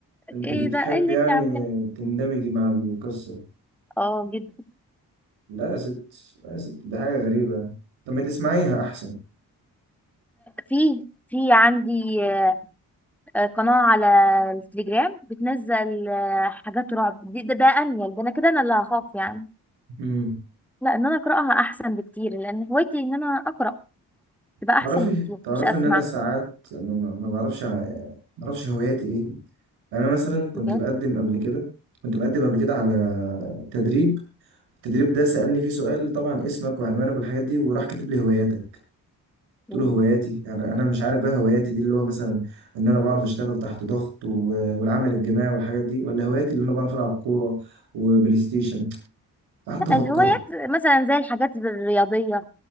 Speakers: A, on the right (about 85°); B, in the centre.
A: انت
B: ايه
A: بتحب
B: ده ايه اللي
A: يعني
B: انت عاملاه
A: تندمجي مع القصة
B: اه جدا
A: لا يا ست لا يا ست دي حاجة غريبة طب ما تسمعيها احسن
B: في في عندي آه، آه، قناه على التليجرام بتنزل آه، حاجات رعب دي- ده ده انيل ده انا كده انا اللي هخاف يعني
A: امم
B: لا ان انا اقراها احسن بكتير لان هوايتي ان انا اقرا تبقى
A: تعرفي
B: احسن بكتير
A: تعرفي
B: مش اسمع
A: ان انا ساعات انا ما ما بعرفش ع- ما بعرفش هواياتي ايه يعني انا مثلا كنت
B: بجد
A: بقدم قبل كده كنت بقدم قبل كده على تدريب التدريب ده سألني فيه سؤال طبعا اسمك وعنوانك والحاجات دي وراح كاتب لي هواياتك
B: مم.
A: قلت له هواياتي يعني انا مش عارف بقى هواياتي دي اللي هو مثلا ان انا بعرف اشتغل تحت ضغط و- والعمل الجماعي والحاجات دي ولا هواياتي اللي انا بعرف العب كورة وبلاي ستيشن فقعدت
B: لا
A: افكر
B: الهوايات مثلا زي الحاجات الرياضيه